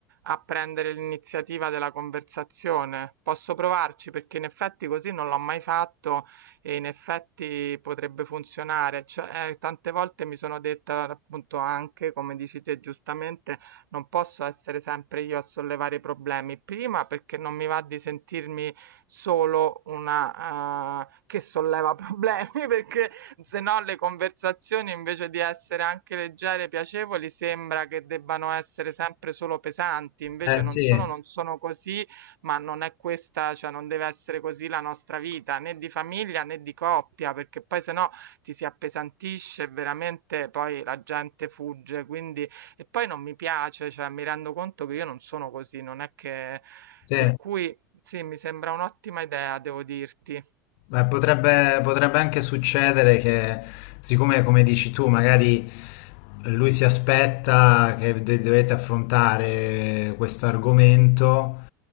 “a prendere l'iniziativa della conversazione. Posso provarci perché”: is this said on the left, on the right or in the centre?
Right